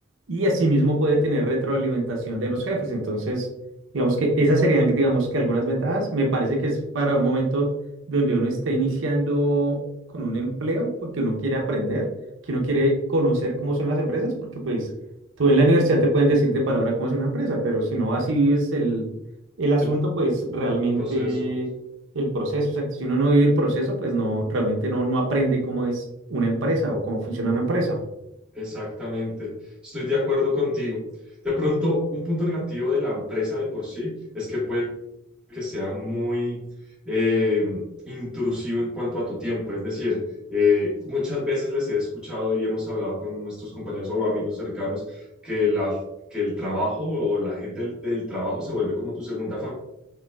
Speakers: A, on the right; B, in the centre.
A: y asimismo puede tener retroalimentación de los jefes. Entonces, digamos que esas serían, digamos que algunas ventajas. Me parece que es para un momento donde uno está iniciando con un empleo, porque uno quiere aprender, que uno quiere conocer cómo son las empresas, porque pues tú en la universidad te pueden decir de palabra cómo es una empresa, pero si no así vives el, el asunto,
B: el
A: pues realmente
B: proceso.
A: el proceso, exacto. Si uno no vive el proceso, pues no, realmente no, no aprende cómo es una empresa o cómo funciona una empresa.
B: Exactamente. Estoy de acuerdo contigo. De pronto, un punto negativo de la empresa de por sí es que puede que sea muy eh, intrusivo en cuanto a tu tiempo. Es decir, eh, muchas veces les he escuchado y hemos hablado con nuestros compañeros o amigos cercanos que, la, que el trabajo o la gente del del trabajo se vuelve como tu segunda familia